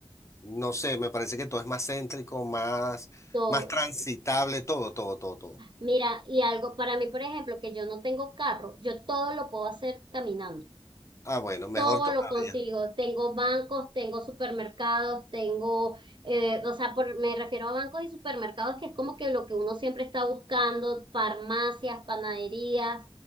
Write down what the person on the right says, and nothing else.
Todo,
Mira, y algo para mí, por ejemplo, que yo no tengo carro, yo todo lo puedo hacer caminando.
Todo
lo consigo. Tengo bancos, tengo supermercados, tengo, eh, o sea, por- me refiero a bancos y supermercados, que es como que lo que uno siempre está buscando, farmacias, panaderías,